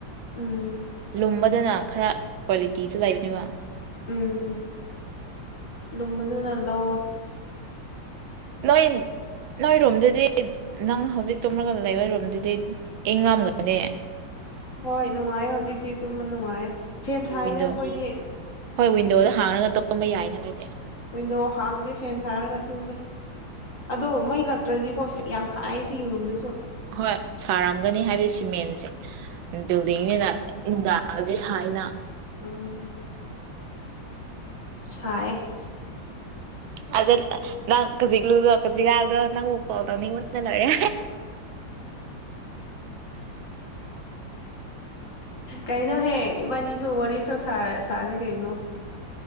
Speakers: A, on the left; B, on the right.
A: ꯎꯝ
B: ꯂꯨꯝꯝꯕꯗ ꯅ ꯈꯔ ꯀ꯭ꯋꯥꯂꯤꯇꯤꯗ ꯂꯩꯕꯅꯦꯕ
A: ꯎꯝ ꯂꯃꯗ ꯅꯂ ꯍ
B: ꯅꯣꯏ ꯅꯣꯏ ꯔꯣꯝꯗꯨꯗꯤ ꯅꯪꯅ ꯍꯧꯖꯤꯛ ꯇꯨꯝꯂꯒ ꯂꯩꯕꯔꯣꯝꯗꯨꯗꯤ ꯑꯩ ꯉꯝꯒꯅꯤ
A: ꯍꯣꯏ ꯅꯨꯡꯉꯥꯏ ꯍꯧꯖꯤꯛꯇꯤ ꯑꯗꯨꯝꯕ ꯅꯨꯡꯉꯥꯏ ꯐꯦꯟ ꯊꯥꯏꯅ
B: ꯋꯤꯟꯗꯣ
A: ꯑꯩꯈꯣꯏꯗꯤ
B: ꯍꯣꯏ ꯋꯤꯟꯗꯣꯗ ꯍꯥꯡꯉꯒ ꯇꯝꯕ ꯌꯥꯏꯅ ꯈꯗꯦ
A: ꯀꯗꯣ ꯍꯥꯡꯗꯦ ꯐꯦꯟ ꯊꯥꯔꯒ ꯇꯨꯝꯃꯦ ꯑꯗꯣ ꯃꯩ ꯂꯛꯇ꯭ꯔꯗꯤꯀꯣ ꯌꯥꯝ ꯁꯥꯏ ꯁꯤ ꯌꯦꯔꯨꯝꯗꯁꯨ
B: ꯍꯣꯏ ꯁꯥꯔꯝꯒꯅꯤ ꯍꯥꯏꯕꯗꯤ ꯁꯤꯃꯦꯟꯁꯦ ꯕꯤꯜꯗꯤꯡ ꯑꯣꯏꯅ ꯅꯨꯡꯗꯥꯡꯔꯒꯗꯤ ꯁꯥꯏꯅ
A: ꯎꯝ ꯁꯥꯏ
B: ꯑꯗ ꯅꯪ ꯈꯖꯤꯛꯂꯨꯗꯣ ꯀꯖꯤꯛꯀꯥꯗꯣ ꯅꯪꯕꯨꯛ ꯀꯣꯜ ꯇꯧꯅꯤꯡꯉꯣꯟꯟꯅ ꯂꯣꯏꯔꯦ
A: ꯀꯩꯅꯣꯍꯦ ꯏꯕꯥꯅꯤ ꯔꯤꯈ꯭ꯔ ꯁꯖ ꯀꯩꯅꯩꯅꯣ